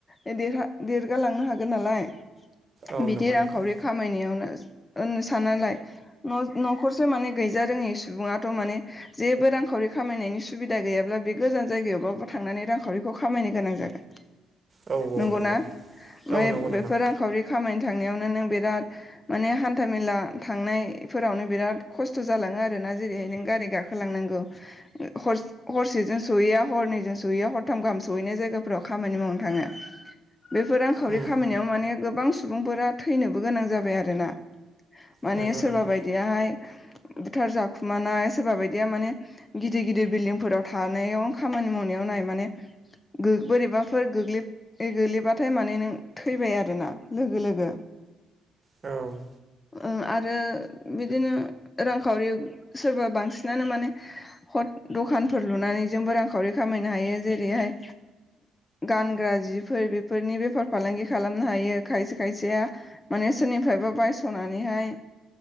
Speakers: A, on the left; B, on the right.
A: ओ देरहा देरगालांनो हागोन नालाय।
B: औ
A: बिदि
B: नंगौ
A: रांखावरि
B: नोंथां
A: खामायनायावनो होननो सानालाय न-न'खरसो माने गैजा रोङि सुबुङाथ' माने जेबो रांखावरि खामायनायनि सुबिदा गैयाब्ला बे गोजान जायगायावबाबो थांनानै रांखावरिखौ खामायनो गोनां जागोन।
B: औ औ
A: नंगौना
B: नंगौ
A: ओमफ्राय
B: औ नंगौ नोंथां
A: बेफोर रांखावरि खामायनो थांनायावनो नों बिराद माने हान्था मेला थांनायफोरावनो बिराद खस्थ' जालाङो आरोना जेरैहाय नों गारि गाखोलांनांगौ। हस हरसेजों सहैया हरनैजों सहैया हरथाम गाहाम सहैनाय जायगाफोराव खामानि मावनो थाङो। बेफोर रांखावरि
B: उम
A: खामायनायाव माने गोबां सुबुंफोरा थैनोबो गोनां जाबाय आरोना। माने
B: नंगौ
A: सोरबा
B: नोंथां
A: बायदियाहाय बुथार जाखुमानाय सोरबा बायदिया माने गिदिर गिदिर बिल्डिंफोराव थानायाव खामानि मावनायाव नाय माने गो बोरैबाफोर गोग्लै ए गोलैबाथाय माने नों थैबाय आरो ना लोगो लोगो।
B: औ
A: ओ आरो बिदिनो रांखावरि सोरबा बांसिनानो माने हथ दखानफोर लुनानै जोंबो रांखावरि खामायनो हायो जेरैहाय गानग्रा जिफोर बेफोरनि बेफार फालांगि खालामनो हायो खायसे खायसेया माने सोरनिफ्रायबो बायस'नानैहाय